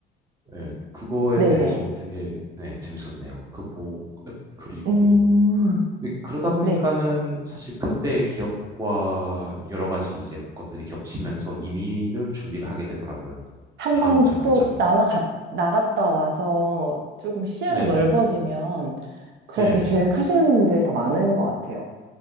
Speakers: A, on the right; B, on the right.
A: 예, 그거에
B: 네네.
A: 대해서 되게 예, 재밌었네요. 그 보, 그리고
B: 음,
A: 근데 그러다 보니까는
B: 네.
A: 사실 그때의 기억과 여러 가지 이제 것들이 겹치면서 이민을 준비를 하게 되더라고요.
B: 한
A: 다음
B: 번
A: 전환점이.
B: 또 나와 갔, 나갔다 와서 조금 시야가
A: 네.
B: 넓어지면 그렇게
A: 예.
B: 계획하시는 분들이 더 많은 것 같아요.